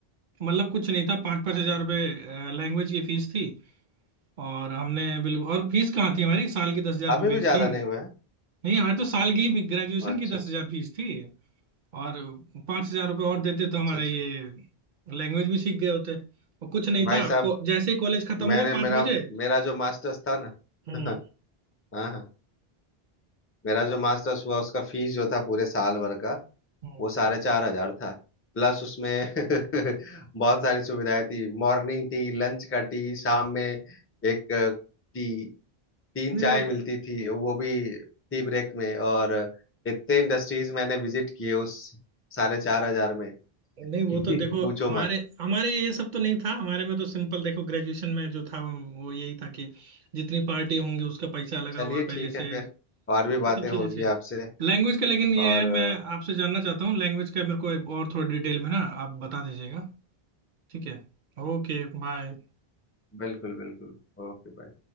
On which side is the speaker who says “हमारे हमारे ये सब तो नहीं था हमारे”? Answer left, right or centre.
Right